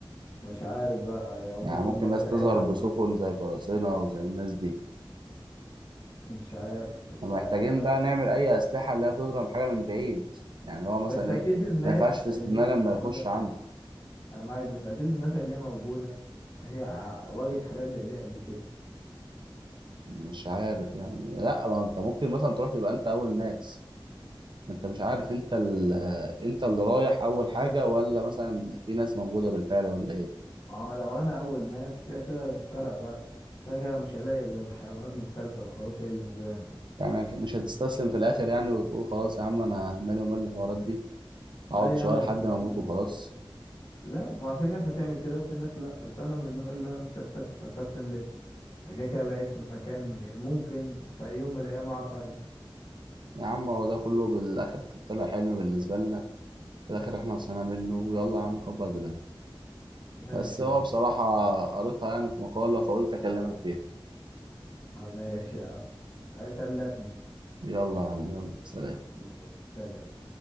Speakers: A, on the left (about 55°); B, on the right (about 60°).
A: مش عارف بقى يعني ممكن
B: يعني ممكن
A: بقى
B: ناس
A: ساعتها
B: تظهر بسفن
A: نقرر
B: زي قراصنة وزي الناس دي
A: مش عارف بس
B: ومحتاجين
A: آه،
B: بقى نعمل أي أسلحة اللي هي تضرب حاجة من بعيد يعني هو مثلا
A: بس اكيد
B: إيه
A: الناس
B: ما ينفعش تستناه
A: اللي هي موجوده
B: لما يخش عندك
A: انا معاك بس اكيد الناس اللي هي موجوده هي ع- واجهت حاجات زي دي قبل كده
B: مش عارف يعني لا ما أنت ممكن مثلا تروح تبقى أنت أول ناس ما أنت مش عارف أنت ال... أنت اللي رايح أول حاجة ولا مثلا في ناس موجودة بالفعل ولا إيه
A: وهو لو انا اول ناس كده كده مش فارقه بقى كده كده مش هلاقي غير حيوانات مفترسه وخلاص هي اللي موجوده هناك
B: يعني مش هتستسلم في الآخر يعني وتقول خلاص يا عم أنا مالي ومال الحوارات دي أقعد
A: لا
B: شوية
A: يا عم
B: لحد
A: استسلم
B: ما أموت وخلاص
A: لا ما في ناس هتعمل كده وفي ناس لا بس انا من النوع اللي انا مش هستسلم هستسلم ليه انا كده كده بقيت في مكان يعني ممكن في أي يوم من الايام اعرف ارجع
B: يا عم هو ده كله بالآخر طلع حلم بالنسبة لنا في الآخر إحنا صحينا منه ويلا يا عم كبر دماغك
A: ماشي
B: بس هو
A: يا عم
B: بصراحة قريتها يعني في مقالة فقلت أكلمك فيها
A: آه، ماشي يا عم آه، سلتنا
B: يلا يا عم يلا سلام
A: ماشي، سلام